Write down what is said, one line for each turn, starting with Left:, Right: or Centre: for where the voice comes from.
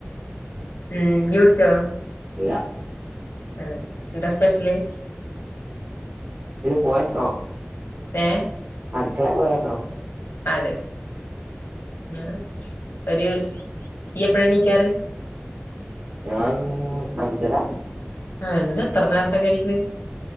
Left: ഉം ഇയു ട്ച്ചോ?
Right: ഇല്ല
Left: അതെ. എന്താ സ്പെഷ്യല്?
Right: പോയോക്കണം.
Left: ഏഹ്?
Right: അട്ക്കളേ പോയോക്കണം.
Left: അതെ ആഹ് ഒര് യ്യ് എപ്പഴാ ണീക്കാറ്?
Right: ഞാൻ അഞ്ചര
Left: ആഹ് എന്താ ഇത്ര നേരത്തെ ക്കെണിക്ക്ണ്?